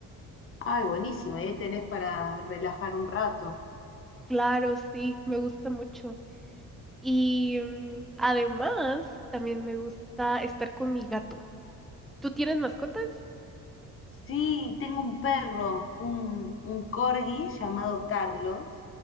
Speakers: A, on the left (about 40°); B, in the centre.
A: Ay, buenísimo. Y ahí tenés para relajar un rato.
B: Claro, sí, me gusta mucho. Y mm, además, también me gusta estar con mi gato. ¿Tú tienes mascotas?
A: Sí, tengo un perro, un, un corgi llamado Carlos,